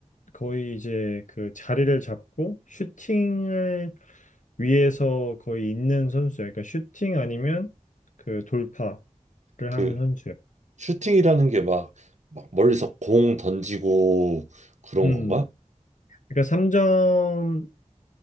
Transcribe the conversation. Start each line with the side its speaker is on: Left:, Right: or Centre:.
Left: 거의 이제 그 자리를 잡고 슈팅을 위해서 거의 있는 선수야. 그러니까 슈팅 아니면 그 돌파를
Right: 그
Left: 하는 선수야.
Right: 슈팅이라는 게 막, 막 멀리서 공 던지고 그런
Left: 음.
Right: 건가?
Left: 그러니까 삼점